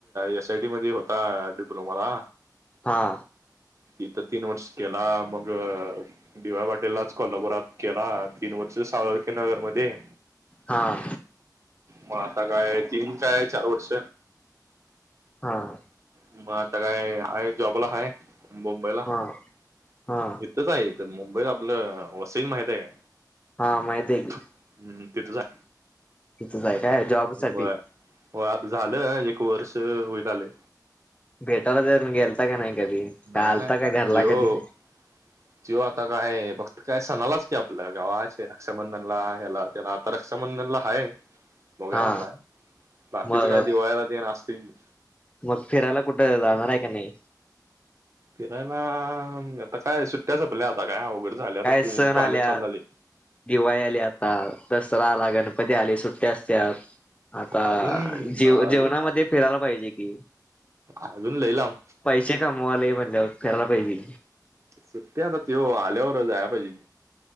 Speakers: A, on the right (about 45°); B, on the left (about 15°).
A: एस आय टी मध्ये होता डिप्लोमाला.
B: हा.
A: तिथ तीन वर्ष केला. मग डी वाय पाटीललाच कोल्हापुरात केला तीन वर्ष साळुंकेनगर मध्ये.
B: हां.
A: म आता काय तीन काय चार वर्ष
B: हां,
A: म आता काय आहे, जॉबला हाय मुंबईला.
B: हा हा
A: इथचं आहे त मुंबईत आपलं वसई माहित आहे काय?
B: हा माहितीये की.
A: हं, तिथंच हाय.
B: तिथंच आहे काय जॉब
A: <unintelligible>
B: साठी
A: हो आता झालं एक वर्ष होईत आलंय.
B: भेटायला काय म गेलता का नाही कधी?
A: नाही
B: का आलता
A: नाही
B: का घरला
A: त्यो
B: कधी?
A: त्यो आता काय फक्त काय सणालाच की आपलं गावा. अस रक्षाबंधनला ह्याला त्याला. रक्षाबंधनला हाय, बघुया
B: हा
A: म्हणला. बाकीच
B: मग
A: काय दिवाळला ते न असतील की.
B: मग फिरायला कुठं जाणार आहे का नाही?
A: फिरायला अं आता काय सुट्टी या संपल्या आता काय अवघड झालंय. आता काय
B: सण
A: कॉलेज
B: आल्यात
A: चालू झालंय.
B: दिवाळी आली आता दसरा आला, गणपती आले सुट्ट्या असत्यात. आता
A: अजून
B: जेव
A: अजून
B: जीवणामध्ये फिरायला पाहिजे की.
A: अजून लई लांब
B: पैसे कमवायला म्हणल्याव फिरायला पाहिजे की.
A: सुट्टी आता तो आल्यावर जाय पाहिजे.